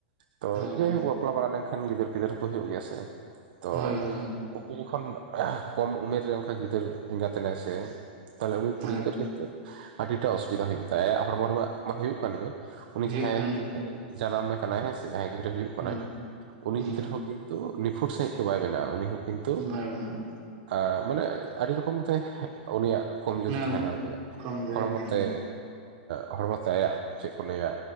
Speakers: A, on the right (about 60°); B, on the right (about 40°).
A: ᱛᱚ
B: ᱦᱳᱭ
A: ᱡᱟᱭᱦᱚᱠ
B: ᱦᱳᱭ ᱦᱳᱭ
A: ᱵᱟᱯᱞᱟ ᱵᱟᱲᱟ ᱞᱮᱱᱠᱷᱟᱱ ᱜᱤᱫᱽᱟᱹᱨᱼ ᱯᱤᱫᱟᱹᱨ ᱦᱚᱸ ᱠᱚ ᱦᱩᱭᱩᱜ ᱜᱮᱭᱟ ᱥᱮ ᱛᱚ
B: ᱦᱳᱭ ᱦᱳᱭ
A: ᱩᱱᱠᱩ ᱡᱚᱠᱷᱚᱱ ᱠᱚᱢ ᱩᱢᱮᱨ ᱨᱮ ᱚᱱᱠᱟ ᱜᱤᱫᱟᱹᱨ ᱮᱸᱜᱟᱛᱮᱱᱟᱭ ᱥᱮ ᱛᱟᱦᱚᱞᱮ ᱩᱱᱤ ᱠᱩᱲᱤ
B: ᱦᱳᱭ
A: ᱜᱤᱫᱟᱹᱨᱟᱹ ᱠᱤᱱᱛᱩ ᱟᱹᱰᱤᱴᱟ ᱚᱥᱩᱵᱤᱫᱟ ᱦᱩᱭᱩᱜᱭ ᱛᱟᱭᱟ ᱟᱭᱟᱜ ᱦᱚᱲᱢᱚ ᱨᱮᱱᱟᱜ ᱢᱟ ᱦᱳᱭᱳᱜ ᱠᱟᱱ ᱜᱮ ᱩᱱᱤ
B: ᱦᱩᱭᱩᱜ
A: ᱡᱟᱦᱟᱸᱭ
B: ᱠᱟᱱ ᱜᱮᱭᱟ
A: ᱡᱟᱱᱟᱢᱮ ᱠᱟᱱᱟᱭᱸ ᱥᱮ ᱡᱟᱦᱟᱸᱭ ᱜᱤᱫᱽᱨᱟᱹ ᱦᱩᱭᱩᱜ
B: ᱦᱩᱸ
A: ᱠᱟᱱᱟᱭ ᱩᱱᱤ
B: ᱦᱩᱸ
A: ᱜᱤᱫᱽᱨᱟᱹ ᱦᱚᱸ ᱠᱤᱱᱛᱩ ᱱᱤᱯᱷᱩᱴ ᱥᱟᱺᱦᱤᱡ ᱫᱚ ᱵᱟᱭ ᱵᱮᱱᱟᱜᱼᱟ ᱩᱱᱤ ᱦᱚᱸ ᱠᱤᱱᱛᱩ
B: ᱵᱟᱭ ᱜᱟᱱᱚᱜᱼᱟ
A: ᱟ ᱢᱟᱱᱮ ᱟᱹᱰᱤ ᱨᱚᱠᱚᱢ ᱛᱮ ᱩᱱᱤᱭᱟᱜ ᱠᱚᱢᱡᱩᱨᱤ
B: ᱚᱱᱟ
A: ᱛᱟᱦᱮᱱᱟ ᱩᱱᱤᱭᱟᱜ
B: ᱠᱚᱢ ᱡᱩᱫᱤ
A: ᱦᱚᱲᱢᱚ
B: ᱛᱟᱦᱮᱱᱟ
A: ᱛᱮ ᱦᱚᱲᱢᱚ ᱛᱮ ᱟᱭᱟᱜ ᱪᱮᱫ ᱠᱚ ᱞᱟᱹᱭᱟ